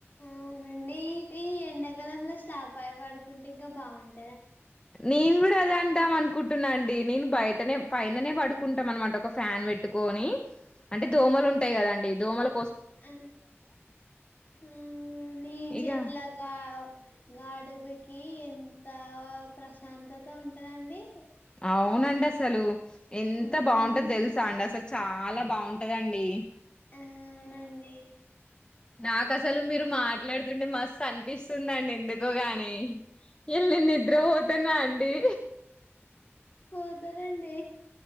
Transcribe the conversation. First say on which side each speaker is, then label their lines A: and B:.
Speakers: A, on the left; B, on the left.
A: అవునండి ఇటి ఎండాకాలంలో స్లాప్ పై పడుకుంటే ఇంకా బాగుంటాంది
B: నేను కూడా అదే అందాం అనుకుంట అవునండి నేను బయట పక్కనే పైననే పడుకుంటాం. అన్నమాట ఒక ఫ్యాన్ పెట్టుకొని అంటే దోమలు ఉంటాయి కదండి దోమలు
A: ఆ ఆ నీ చెట్ల
B: ఇక
A: గా గాడుపుకి ఎంత ప్రశాంతత ఉంటుందండి.
B: అవునండి అసలు ఎంత
A: అవును
B: బాగుంటందో తెలుసా అండి అసలు చాలా బాగుంటది అండి
A: ఆ అవునండి
B: నాకు అసలు మీరు మాట్లాడుతుంటే మస్తు అనిపిస్తుంది వస్తుందండి ఎందుకోగాని ఇవాళ నేను నిద్రపోతనా అండి
A: పోతనండి